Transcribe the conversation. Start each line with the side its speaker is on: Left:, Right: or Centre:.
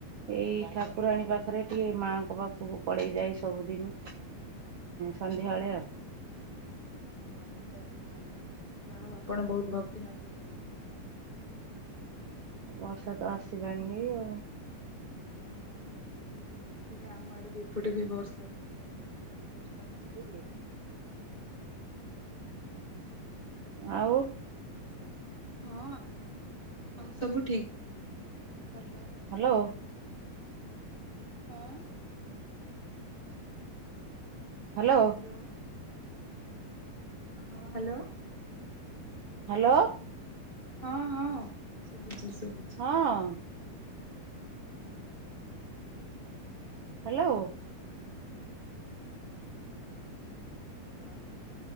Right: ଏଇ ଠାକୁରାଣୀ ପାଖରେ ଟିକେ ମାଙ୍କ ପାଖକୁ ପଲେଇ ଯାଇ ସବୁଦିନ ସନ୍ଧ୍ୟାବେଳେ ଆଉ।
Left: ହଁ ଯିବା ବି ଭଲ ଯାହା ହଉ ଆପଣ ବହୁତ ଭକ୍ତି ମାର୍ଗ ରେ ଯାଉଛନ୍ତି।
Right: ବର୍ଷା ତ ଆସିଲାଣି ହେଇ ଆଉ।
Left: ହଁ ବର୍ଷା ବି ଥିଲା ଆମ ଆଡ଼େ ବି ଏପଟେ ବି ବର୍ଷାକୁ ଉଠିଲାଣି ବର୍ଷା ହେବ।
Right: <inaudible> ଆଉ
Left: ହଁ ଆଉ ସବୁ ଠିକ୍ ଭଲ।
Right: ହାଲୋ।
Left: ହଁ।
Right: ହାଲୋ।
Left: ହାଲୋ। ହଁ ହାଲୋ।
Right: ହାଲୋ।
Left: ହଁ-ହଁ ଶୁଭୁଚି-ଶୁଭୁଚି।
Right: ହଁ। ହାଲୋ।
Left: <inaudible>